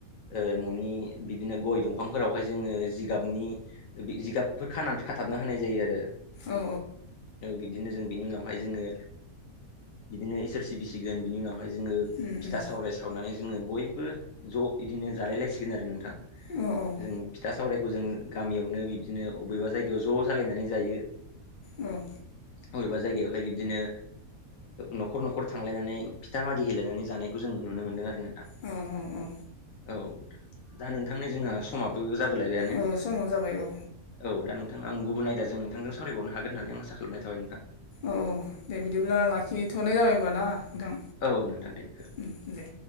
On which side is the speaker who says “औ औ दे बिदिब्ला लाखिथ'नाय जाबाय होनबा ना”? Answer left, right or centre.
Left